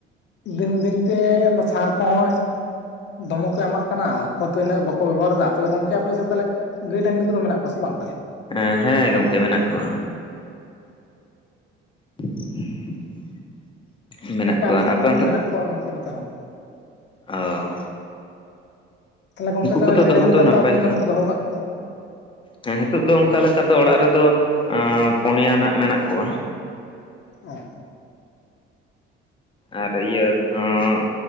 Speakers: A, on the left; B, on the left.
A: ᱫᱤᱱ ᱫᱤᱱᱛᱮ ᱚᱱᱟ ᱥᱟᱨ ᱠᱚᱦᱚᱸᱼᱼ ᱫᱚᱢᱮ ᱠᱚ ᱮᱢᱟᱜ ᱠᱟᱱᱟ ᱠᱷᱚᱛ ᱫᱚ ᱤᱱᱟᱹᱜ ᱵᱟᱠᱚ ᱵᱮᱵᱚ, ᱦᱟᱨᱮᱫᱟ ᱛᱟᱦᱚᱞᱮ ᱜᱚᱝᱠᱮ ᱟᱯᱮ ᱥᱮᱫ ᱛᱟᱦᱚᱞᱮᱼᱼ ᱜᱟᱹᱭ ᱰᱟᱹᱝᱨᱤ ᱠᱚᱫᱚ ᱢᱮᱱᱟᱜ ᱠᱚᱣᱟ ᱥᱮ ᱵᱟᱝ ᱛᱟᱞᱦᱮ?
B: ᱦᱮᱸ ᱦᱮᱸ ᱜᱚᱝᱠᱮ ᱢᱮᱱᱟᱜ ᱠᱚᱣᱟ᱾ <unintelligible> ᱢᱮᱱᱟᱜ
A: ᱜᱚᱝᱠᱮ
B: ᱠᱚᱣᱟ
A: ᱟᱞᱮᱥᱮᱜ
B: ᱟᱯᱮ
A: ᱦᱚᱸ ᱢᱮᱱᱟᱜ ᱠᱚᱣᱟ ᱜᱚᱝᱠᱮ ᱱᱚᱛᱮ ᱦᱚᱸᱼᱼ
B: ᱚᱸᱻ
A: ᱛᱟᱦᱚᱞᱮ ᱜᱚᱢᱠᱮ ᱛᱟᱦᱚᱞᱮ
B: ᱠᱚᱫᱚ
A: ᱜᱟᱹᱭ
B: ᱫᱚᱦᱚ
A: ᱰᱟᱹᱝᱨᱤ
B: ᱫᱚ
A: ᱛᱟᱞᱠᱟᱣ
B: ᱱᱟᱯᱟᱭ
A: ᱛᱤᱱᱟᱹᱜ
B: ᱜᱮ
A: ᱜᱟᱱᱠᱚ ᱫᱚᱦᱚᱣ ᱠᱟᱜ ᱠᱚᱣᱟ?
B: ᱦᱮᱸ ᱱᱤᱛᱚᱜ ᱫᱚ ᱚᱱᱠᱟ ᱞᱮᱠᱟ ᱫᱚ ᱚᱲᱟᱜ ᱨᱮᱫᱚ ᱟᱸ ᱯᱚᱱᱭᱟᱱᱟᱜ ᱢᱮᱱᱟᱜ ᱠᱚᱣᱟ᱾
A: ᱚᱸᱻ
B: ᱟᱨ ᱤᱭᱟᱹ ᱦᱚᱸ